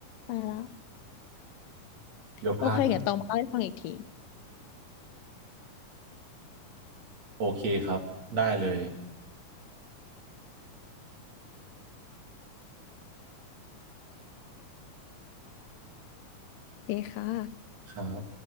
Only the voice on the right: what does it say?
เดี๋ยวพัด
โอเคครับได้เลย
ครับ